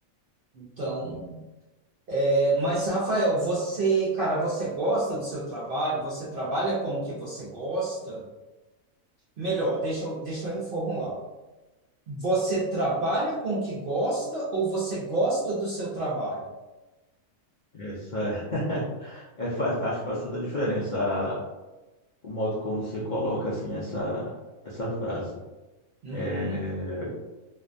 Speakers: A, on the right; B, on the left.
A: Então, é, mas Rafael, você, cara, você gosta do seu trabalho? Você trabalha com o que você gosta? Melhor, deixa eu, deixa eu reformular. Você trabalha com o que gosta ou você gosta do seu trabalho?
B: Essa é, é faz- acho que faz toda a diferença a- o modo como você coloca assim essa essa frase.
A: Uhum.
B: É,